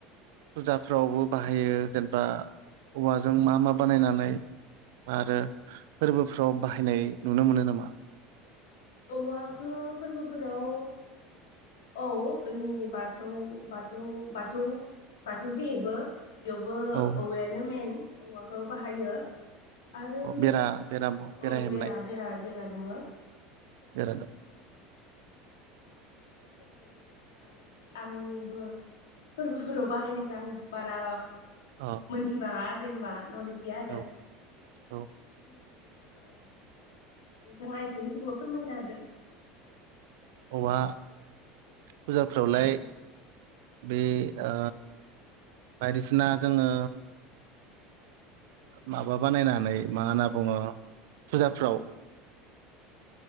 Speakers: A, on the right; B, on the left.
A: फुजाफ्रावबो बाहायो जेनेबा औवाजों मा मा बानायनानै आरो फोरबोफ्राव बाहायनाय नुनो मोनो नामा?
B: औवाखो फोरबोफोराव औ जोंनि बाथौ बाथौ बाथौ बाथौ जेहेबो बेयावबो
A: औ
B: औवायानो मेन। औवाखौ बाहायो। आरो
A: औ बेरा
B: औ
A: बेरा हेबनाय
B: बेरा बेरा बेरा दुंओ।
A: बेरा
B: आरो फोरबो आरो आंबो फोरबोफोराव बाहायनायखौ आं बारा
A: औ
B: मोनथि बांगा जेनेबा न'लेेज गैयाआरो
A: औ
B: नोंथाङा
A: औ
B: एसे मिथिगौ फोरमायना होदो,
A: औवा फुजाफ्रावलाय बे ओ बायदिसिना जोङो, माबा बानायनानै मा होनना बुङो फुजाफ्राव,